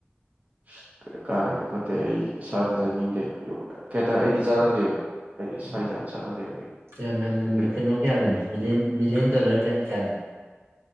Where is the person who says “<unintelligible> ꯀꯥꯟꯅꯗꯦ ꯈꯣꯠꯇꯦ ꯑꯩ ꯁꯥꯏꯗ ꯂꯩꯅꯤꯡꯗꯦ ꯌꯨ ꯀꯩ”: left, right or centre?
Right